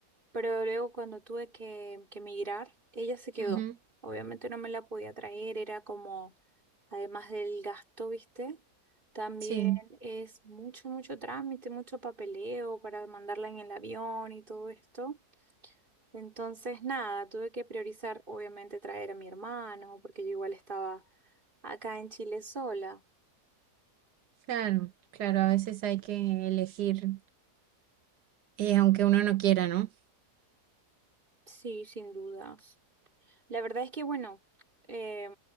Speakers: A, on the right (about 30°); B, on the right (about 80°).
A: pero luego cuando tuve que, que emigrar, ella se quedó.
B: Ujú,
A: Obviamente no me la podía traer, era como, además del gasto, ¿viste? También
B: Sí,
A: es mucho, mucho trámite, mucho papeleo para mandarla en el avión y todo esto. Entonces, nada, tuve que priorizar, obviamente, traer a mi hermano, porque yo igual estaba acá en Chile sola.
B: claro, claro, a veces hay que elegir, eh, aunque uno no quiera, ¿no?
A: Sí, sin dudas. La verdad es que, bueno, eh,